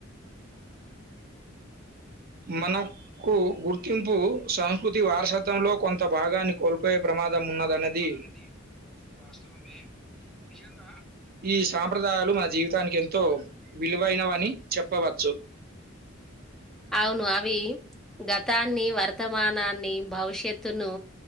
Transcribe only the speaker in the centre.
ప్రమాదం ఉన్నదనేది వాస్తవమే నిజంగా.
అవును అవి గతాన్ని వర్తమానాన్ని భవిష్యత్తును.